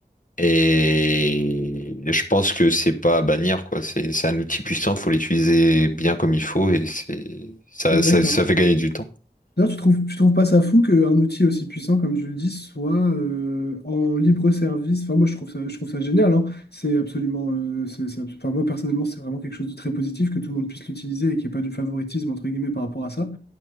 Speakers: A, on the left (about 50°); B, on the left (about 70°).
A: Et je pense que c'est pas à bannir, quoi. C'est c'est un outil puissant, faut l'utiliser bien comme il faut et c'est ça,
B: D'accord.
A: ça, ça fait gagner du temps.
B: D'ailleurs, tu trouves, tu trouves pas ça fou qu'un outil aussi puissant, comme tu le dis, soit euh, en libre service. Enfin, moi, je trouve ça, je trouve ça génial, hein. C'est absolument, euh, c'est, c'est abs- enfin, moi, personnellement, c'est vraiment quelque chose de très positif que tout le monde puisse l'utiliser et qu'il n'y ait pas du favoritisme, entre guillemets, par rapport à ça.